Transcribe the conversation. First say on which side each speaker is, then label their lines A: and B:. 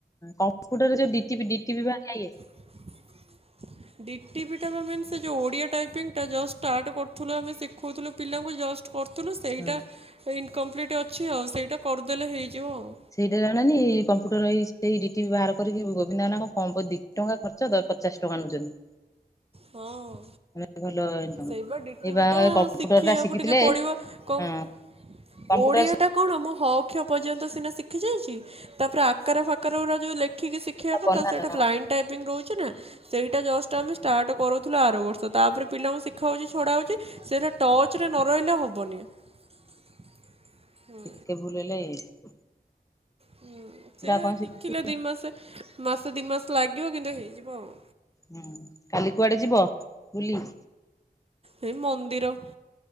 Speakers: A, on the left; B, on the right.
A: କମ୍ପୁଟର ରେ ଯୋଉ ଡିଟିପି ଡିଟିପି ବାହାର ନା ଇଏ
B: <inaudible> ଡିଟିପି ଟା ବା ମେନ୍ ସେ ଯୋଉ ଓଡ଼ିଆ ଟାଇପିଙ୍ଗ ଟା ଜଷ୍ଟ ଷ୍ଟାର୍ଟ କରୁଥିଲୁ ଆମେ ଶିଖାଉଥିଲୁ ପିଲାଙ୍କୁ ଜଷ୍ଟ କରୁଥିଲୁ ସେଇଟା
A: ହଁ।
B: ଇନକମ୍ପ୍ଲିଟ୍ ଅଛି ଆଉ ସେଇଟା କରିଦେଲେ ହେଇଯିବ ଆଉ।
A: ସେଇଟା ଜାଣଣିି କମ୍ପ୍ୟୁଟର ଏଇ ଏଇ ଡି ଟିପି ବାହାର କରିକି ଗୋବିନ୍ଦନାଙ୍କ କଁ ପଦି ଟଙ୍କା ଖର୍ଚ୍ଚ ପଚାଶ ଟଙ୍କା ନଉଛନ୍ତି।
B: ହଁ ଅଁ।
A: ମାନେ ଭଲ ଇନକମ୍।
B: ସେଇବା ଡିଟିପିଟା
A: ଏଇ ବା କମ୍ପ୍ୟୁଟର
B: ଶିଖିବାକୁ
A: ଟା ଶିଖିଥିଲେ
B: ଟିକେ ପଡ଼ିବ କଣ
A: ହଁ କମ୍ପ୍ୟୁଟର
B: ଓଡ଼ିଆଟା କଣ ମୋ ହକ୍ ହ କ୍ଷ ପର୍ଯ୍ୟନ୍ତ ସିନା ଶିଖି ଯାଇଛି ତାପରେ ଆକାର ଫାକାର ଗୁରା ଜଉ ଲେଖିକି ସିକ ଶିଖିବା
A: ଶିଖିଥିଲେ
B: କଥା
A: ବନାନ
B: ସେଇଟା
A: ହଁ।
B: ବ୍ଲାଇଣ୍ଡ ଟାଇପିଙ୍ଗ ରହୁଛି ନା ସେଇଟା ଜଷ୍ଟ ଆମେ ଷ୍ଟାର୍ଟ କରଉଥିଲୁ ଆର ବର୍ଷ ତାପରେ ପିଲାଙ୍କୁ ଶିଖା ହଉଛି ଛଡ଼ା ହଉଛି ସେଇରା ଟଚରେ ନ ରହିଲେ ହବନି ହୁଁ।
A: ଟିକେ ଭୁଲହେଲା ଏ।
B: ହୁଁ ସେ
A: କଣ
B: ଶିଖିଲେ
A: ଶିଖୁଛୁ
B: ଦି ମାସେ। ମାସେ ଦିମାସ ଲାଗିବ କିନ୍ତୁ ହେଇଯିବ ଆଉ।
A: ହୁଁ କାଲି କୁଆଡେ ଯିବ ବୁଲି।
B: ହେଇ ମନ୍ଦିର।